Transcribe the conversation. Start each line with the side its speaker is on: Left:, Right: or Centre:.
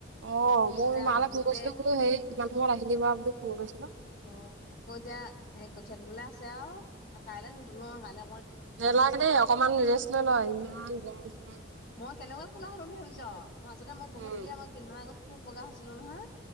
Right: অ
Left: তাৰপিছতে
Right: মোৰ
Left: আৰু
Right: মা
Left: নতুনকে
Right: লে ফোন কৰিছিলো বোলো হেই কিমান সময়ত আহিলি বা বুলি ফোন কৰিছিলো।
Left: অ আকৌ এতিয়া সেই কঠিয়া তুলিবলে আছে আও কাইলে নুতুলো কাইলে
Right: নেলাগে দেই অকমান ৰেষ্ট লৈ ল ইমান গৰমখনত
Left: মই কেনেকুৱা কোলা হলো বুলি ভাবিছ মাজতে মই বহু
Right: উম
Left: এতিয়া মই কেইদিনমান আগত খুব বগা হৈছিলো নহয়